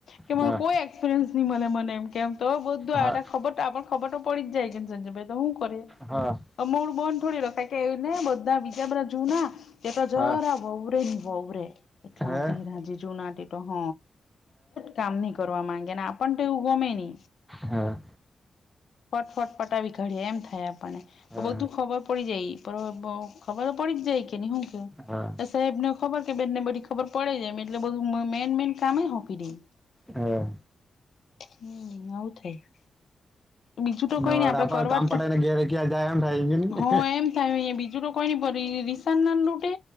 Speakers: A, on the left; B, in the centre.
A: કે
B: હા
A: મારો કોઈ એક્સપિરિયન્સ નહીં મળે મને એમ કેમ તો બધું
B: હા
A: આ ખબર તો આપ પણ ખબર તો પડી જાય કેને સંજયભાઈન. દહું કર
B: હા.
A: અમળ બોંધ થોડી રખ કે ને બધા બીજા બધા જૂના, એ પ જરા
B: હા
A: આવ વવરેે વવરેે એટલા
B: હે હા
A: ધીરાજીજુ નાટી તો હ. કામ નહીં કરવા માંગે ને આપણ તો એવું ગમે નહી.
B: હા.
A: ફટફટ પટાાવી કાઢએ એમ થાય આપણને, તો
B: હા હા
A: બધું ખબર પડી જાય. ખબર પડી જઈ કે ન હું કે
B: હા
A: તો સાહેબને ખબર કે બે ને બધી ખબર પડે જાયમ એટલે બધું મેન મેઈન કામ હો ફીરી.
B: હા.
A: હમ આવું થાય. બીજું તો
B: નવડા
A: કોઈ નઈ આપડે
B: પર
A: કરવા
B: કામ
A: જ
B: પટાઈને ઘેરે ક્યાં જાય એમ થાય છે ને
A: હો એમ થાય બીજું તો કોઈ નઈ સનાન રૂટે.